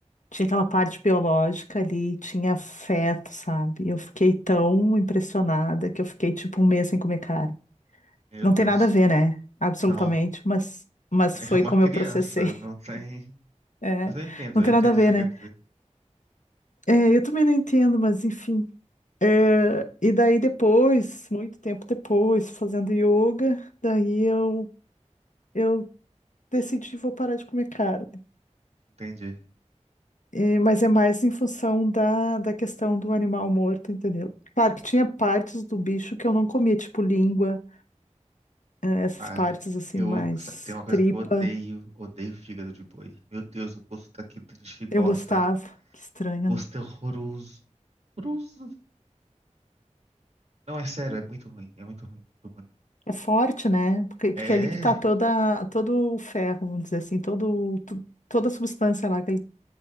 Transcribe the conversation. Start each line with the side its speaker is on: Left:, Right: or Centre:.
Left: tinha aquela parte biológica ali, tinha feto, sabe? Eu fiquei tão
Right: Uhum.
Left: impressionada que eu fiquei tipo um mês sem comer carne.
Right: Meu
Left: Não
Right: Deus.
Left: tem nada a ver, né? Absolutamente,
Right: Não.
Left: mas, mas
Right: É
Left: foi
Right: uma
Left: como
Right: criança,
Left: eu processei.
Right: não
Left: <laughs>
Right: tem.
Left: É,
Right: Mas eu entendo,
Left: não
Right: eu
Left: tem
Right: entendo
Left: nada a ver,
Right: o que você quer
Left: né?
Right: dizer.
Left: É, eu também não entendo, mas enfim. É, e daí depois, muito tempo depois, fazendo yoga, daí eu, eu decidi vou parar de comer carne.
Right: Entendi.
Left: É, mas é mais em função da, da questão do animal morto, entendeu? Claro que tinha partes do bicho que eu não comia, tipo língua, é, essas
Right: Ah,
Left: partes assim,
Right: eu.
Left: mais
Right: Tem uma coisa
Left: tripa.
Right: que eu odeio, odeio fígado de boi. Meu Deus, o gosto daquilo, tem gente que gosta.
Left: Eu gostava. Que estranho,
Right: O gosto
Left: né?
Right: é horroroso. Horroroso. Não, é sério, é muito ruim. É muito ruim. Muito ruim.
Left: É forte, né? Porque, porque
Right: É.
Left: é ali que tá toda, todo o ferro, vamos dizer assim, todo, tu- toda a substância lá que ele-